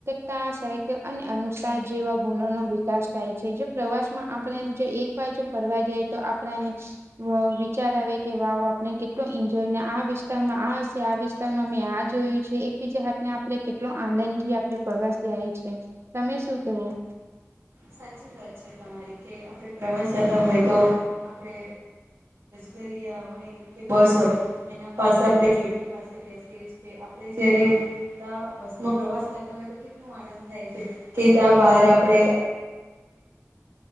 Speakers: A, on the right; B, on the right.
A: સા અને અનુસાર જેવા ગુણો નો વિકાસ થાય છે, જે પ્રવાસમાં આપણે એક વાર જો ફરવા જાય તો આપણાને વિચાર આવે કે વાવ આપને કેટલો એન્જોય વિસ્તારમાં આ હશે આ વિસ્તારમાં મેં આ જોયું છે, એકબીજા હાથને આપણે કેટલો આનંદ થી આપ એ પ્રવાસ જાય છે, તમે શું કેવું
B: સાચી વાત છે, તમારી કે આપણે પ્રવાસ જતા હોય, તો આપડે દરિયા હોય કે બસ હોય એના પાસે આપણે ખેતી પાસે બેસી આપણે જયારે ત્યા બસમાં પ્રવાસ કરતા હોય તો કેટલું આનંદ થાય છે, કે ત્યાં બહારે આપડે